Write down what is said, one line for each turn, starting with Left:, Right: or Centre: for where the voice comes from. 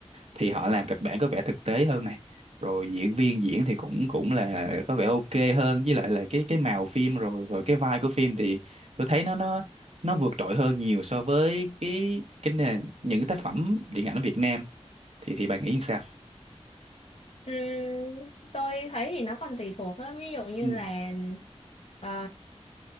Right: thì họ làm kịch bản có vẻ thực tế hơn này rồi diễn viên diễn thì cũng cũng là có vẻ ok hơn với lại là cái cái màu phim rồi rồi cái vai của phim thì tôi thấy nó nó nó vượt trội hơn nhiều so với cái cái nền những cái tác phẩm điện ảnh ở Việt Nam thì thì bà nghĩ sao?
Left: Ừm, tôi thấy thì nó còn tùy thuộc á ví dụ như
Right: Ừ.
Left: là ờ,